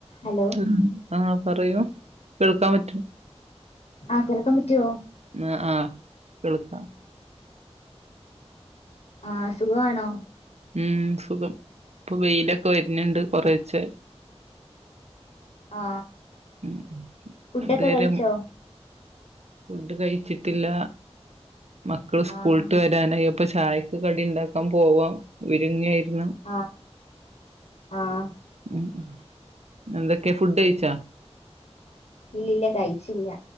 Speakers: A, on the left; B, on the right.
A: Hello
B: ഉ ആ പറയൂ കേൾക്കാൻ പറ്റും
A: ആ കേൾക്കാൻ പറ്റുവോ.
B: ആ ആ കേൾക്കാം.
A: ആ സുഖ ആണോ
B: ഉം സുഖം ഇപ്പൊ വെയിലൊക്കെ വരുന്നുണ്ട് കൊറേച്ചെ
A: ആ
B: ഉം
A: ഫുഡക്കെ
B: ഇതുവരെ
A: കഴിച്ചോ
B: ഫുഡ് കഴിച്ചിട്ടില്ല മക്കള് സ്കൂളിട്ട്
A: ആഹ്
B: വരാനായ പ്പൊ ചായക്ക് കടി ഉണ്ടാക്കാൻ പോവാം ഉരുങ്ങിയാ ഉം
A: ആഹ് ആഹ്
B: ഉം ഉം എന്തൊക്കെ ഫുഡ് കഴിച്ചാ
A: ഇല്ല്യല്ല കഴിച്ചില്ല